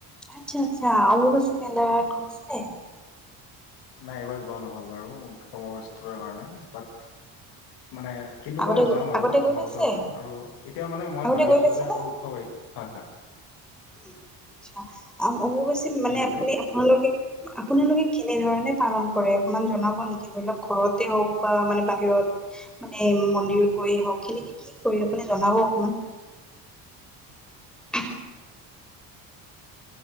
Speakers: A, in the centre; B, on the left.
A: আচ্ছা', আচ্ছা, অম্বুবাচী মেলাত গৈছে।
B: নাই। এইবাৰ যোৱা নহ'ল বাৰু কৰ্মব্যস্ততাৰ কাৰণে বাট মানে কিন্তু
A: আগতে
B: মই
A: গ-
B: যাম আৰু
A: আগতে গৈ
B: অহা
A: পাইছে
B: বছৰ যাম আৰু এতিয়া মানে মই
A: আগতে
B: ভাবি
A: গৈ
B: আছো
A: পাইছে
B: যে
A: নে
B: আৰু উৎসৱায়ি হয়। হয়।
A: উম', আচ্ছা, অম্বুবাচী
B: কি
A: মানে
B: ক'লে
A: আপনি আপোনালোকে আপোনালোকে কেনেধৰণে পালন কৰে। অকনমান জনাব নেকি? ধৰি লওক ঘৰতে হওক বা মানে বাহিৰত। মানে মন্দিৰত গৈ হওক সিনকি কি কৰি? আপুনি জনাব অকমান। <inaudible>